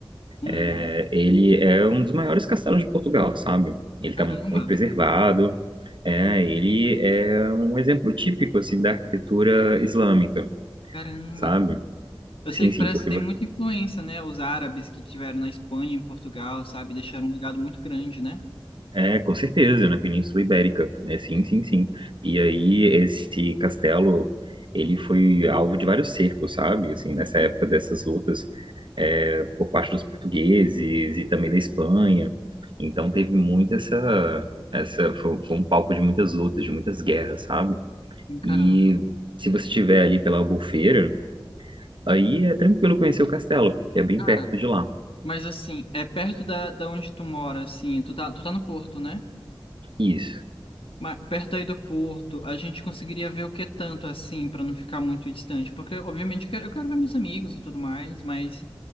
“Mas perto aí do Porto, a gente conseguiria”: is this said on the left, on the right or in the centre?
Left